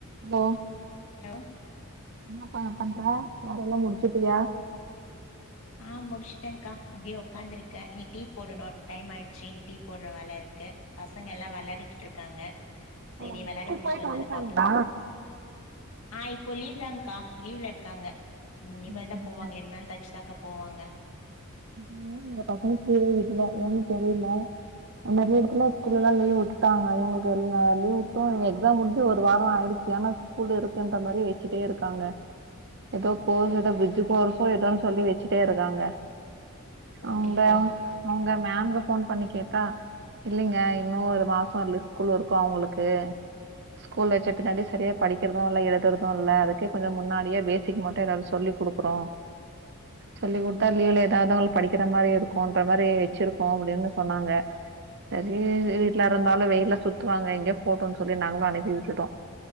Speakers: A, on the right (about 55°); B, on the left (about 80°).
A: hello
B: hello
A: என்னாப்பா பண்ர வேல எல்லா முடிச்சிட்டியா
B: ஆ முடிச்சுட்டேன்க்கா அப்டியே ஒக்காருக்கே இனி டீ போடணு டைம் ஆயிடுச்சு இனி டீ போட்ற வேல இருக்கு பசங்க எல்லா வெளாடிட்டு இருக்காங்க செரி
A: ஓ ஸ்கூல்
B: வெளாடி முடிச்சு
A: போயிட்டு
B: வந்ததுக்கு
A: வன்ட்டாங்களா
B: அப்பறொ ஆ இப்போ லீவ் தான்க்கா லீவ்ல இருக்காங்க இனிமேல்
A: சரி
B: தா போவாங்க
A: சரி
B: ரெண்டு நாள் கழிச்சுதாக்கா போவாங்க
A: <inaudible> பசங்களுக்கு லீவே விடல ஏன்னு தெரியில நறைய எடத்துல ஸ்கூல்ல எல்லா லீவ் வுட்டுட்டாங்க இங்க எ லீவ் விட்டும் எக்ஸாம் முடிஞ்சி ஒரு வாரொ ஆயிடுச்சு ஆனா ஸ்கூலு இருக்குன்ற மாரி வெச்சிட்டே இருக்காங்க எதோ கோர்ஸ்
B: ஓ
A: எதோ ப்ரிஜ்ஜி கோர்ஸோ
B: கேக்கு
A: ஏதோன்னு சொல்லி வெச்சிட்டே இருக்காங்க அவுங்க
B: ஓகேக்கா ஓகே ஓகே
A: அவுங்க மேம்ங்க ஃபோன் பண்ணி கேட்டா இல்லிங்க இன்னு ஒரு மாசொ வரல ஸ்கூல் இருக்கூ அவுங்களுக்கு ஸ்கூல் வச்ச பின்னாடி சரியா படிக்கிறது இல்ல எழுதுறது இல்ல அதுக்கு கொஞ்ச முன்னாடியே பேஸ் சேரி மட்டு எதாது சொல்லி குடுக்குறோ சொல்லி குடுத்தா லீவுல ஏதாவ்துவங்க படிக்கிற மாரி இருக்கூன்ற மாரி வெச்சிருக்கோ அப்டின்னு சொன்னாங்க சரி வீட்ல இருந்தாலு வெயில்ல சுத்துவாங்க எங்கே போட்டோன்னு சொல்லி நாங்களு அனுப்பி விட்டுட்டோ